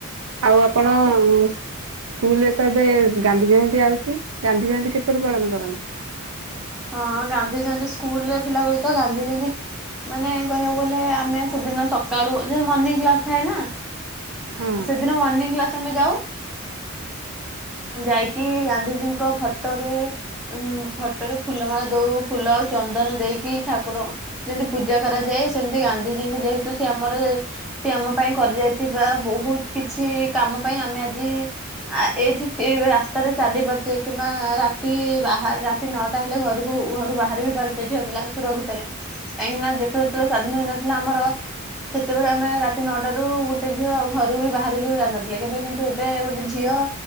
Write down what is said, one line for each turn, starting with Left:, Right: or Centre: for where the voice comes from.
Right: ଆଉ ଆପଣ ସ୍କୁଲରେ ତ ଏବେ। ଗାନ୍ଧୀ ଜୟନ୍ତୀ ଆଉଛି ଗାନ୍ଧୀ ଜୟନ୍ତୀ କେବେଳେ ପାଳନ କରନ୍ତି?
Centre: ହଁ ଗାନ୍ଧୀଜୟନ୍ତୀ ସ୍କୁଲ ରେ ଥିଲା ବଳେ ତ ଗାନ୍ଧୀ ଜୟନ୍ତୀ ମାନେ କହିବାକୁ ଗଲେ ଆମେ ସେଦିନ ସକାଳୁ ଯେ ମର୍ଣିଂ କ୍ଲାସ ଥାଏ ନା।
Right: ହଁ
Centre: ସେଦିନ ମର୍ଣିଂ କ୍ଲାସ ଆମେ ଯାଉ। ଯାଇକି ଗାନ୍ଧିଜୀଙ୍କ ଫଟୋରେ ଉ ଏଟେ ଫୁଲମାଳ ଦଉ ଫୁଲ ଆଉ ଚନ୍ଦନ ଦେଇକି ଠାକୁର। ଯେମିତି ପୂଜା କରାଯାଏ ସେମିତି ଗାନ୍ଧିଜୀଙ୍କୁ ଯେହେତୁ ସେ ଆମର ସେ ଆମ ପାଇଁ କରି ଯାଇଥିବା ବହୁତ କିଛି କାମ ପାଇଁ ଆମେ ଆଜି ଆ ଏଇଠି ରାସ୍ତାରେ ଚାଲି ପାରୁଛେ କିମ୍ବା ରାତି ବାହାରେ ନଅଟା ହେଲେ ଘରକୁ ଘରୁ ବାହାରି ବିି ପାରୁଛେ ଝିଅ ପିଲା ସୁରକ୍ଷିତରେ। କାହିଁକି ନା ଯେତ ସ୍ୱାଧୀନ ହେଇନଥିଲା ଆମର ସେତେବେଳେ ଆମେ ରାତି ନଅଟ ର ଗୋଟେ ଝିଅ ଘରୁ ବି ବାହାରକୁ ଜାିନଥିଲେ କେବେ କିନ୍ତୁ ଏବେ ଗୋଟେ ଝିଅ।